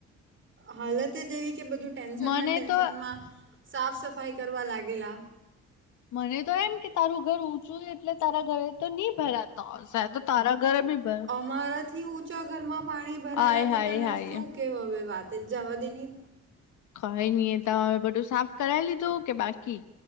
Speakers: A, on the right; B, on the left.
A: હાલત જ એવી, કે બધું ટેન્શનમાં
B: મને
A: ને ટેન્શનમાં
B: તો
A: સાફ સફાઈ કરવા લાગેલા.
B: મને તો એમ કે તારું ઘર ઊંચું, એટલે તારા ઘરે તો નહી ભરાતો વરસાદ એતો તારા ઘરે બી બર
A: મારાથી ઊંચો ઘરમાં પાણી ભરાયા,
B: હાય
A: તે
B: હાય
A: તને
B: હાય
A: શું કહેવો હવે વાતજ, જવા દેની.
B: કઈ નઈ એ તો, હવે બધું સાફ કરાવી લીધું કે બાકી?